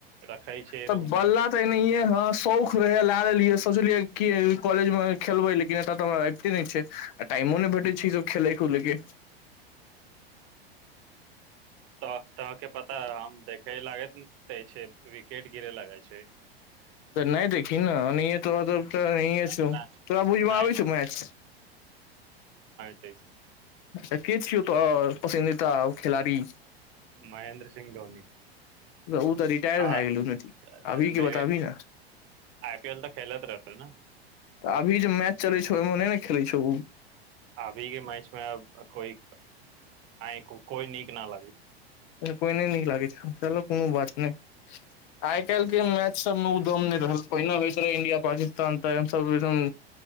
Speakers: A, on the right (about 45°); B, on the left (about 50°).
A: रखै छै
B: तऽ
A: रूम
B: बोलला
A: मे
B: तऽ नहि हँ ौ रहै लियै सोचलियै कॉलेज मे खेलबै लेकिन एतय तऽ हम आबिते नहि छै टाइमो नहि भेटै छै ई सब खेलय कुलैके
A: तऽ तहके पता हम देखे लागैत तै छै विकेट गिरे लागै छै
B: तऽ नहि देखी ने तऽ त त अ
A: नहि
B: छ तोरा बूज
A: नहि
B: आ छ मैच
A: ठीक छै
B: अच्ा छीत पसन्द तऽ आ खेलड़ी
A: महेन्द्र सिंह धोनीथा
B: ओ तऽ रिटायर
A: आई
B: भए गेलौ ने, अभी के बताबी ने
A: पी एल तऽ खेलैत रह ने
B: तऽ अभी जे मैच चलै छौ मने ने खेलै छौ
A: अभी के मैच मे कोइ कोइ नीक न लगे
B: कोइ नहि न लागै छै चलो कोनो बात नहि आइ काल्
A: ई
B: के मैच सब मे एकदम रहल पहिने होइत रहै इंडिया पाकिस्तान तऽ सब एकदम